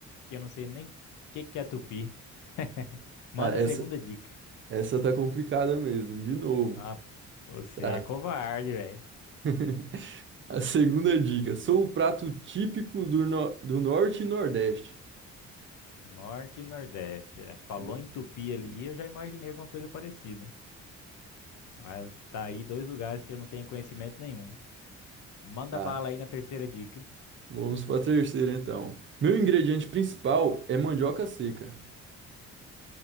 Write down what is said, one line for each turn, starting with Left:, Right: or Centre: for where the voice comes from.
Left: Que eu não sei nem o que que é tupi. <laughs> Manda
Right: Cara,
Left: a
Right: essa,
Left: segunda dica.
Right: essa tá complicada mesmo. De novo.
Left: Ah, você
Right: Tá.
Left: é covarde, velho.
Right: <laughs> A segunda dica. Sou o prato típico do, no- do norte e nordeste.
Left: Norte e Nordeste. é. Falou
Right: Isso.
Left: em Tupi ali, eu já imaginei alguma coisa parecida. Mas tá aí dois lugares que eu não tenho conhecimento nenhum. Manda
Right: Tá.
Left: bala aí na terceira dica.
Right: Vamos para a terceira, então. Meu ingrediente principal é mandioca seca.